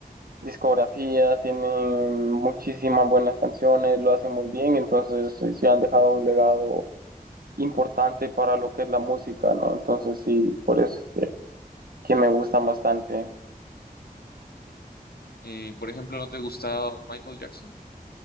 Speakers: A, on the right; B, on the left.
A: discografía, tienen muchísimas buenas canciones, lo hacen muy bien, entonces eh, sí han dejado un legado importante para lo que es la música, ¿no? Entonces sí, por eso es que que me gustan bastante.
B: Y por ejemplo, ¿no te gustaba Michael Jackson?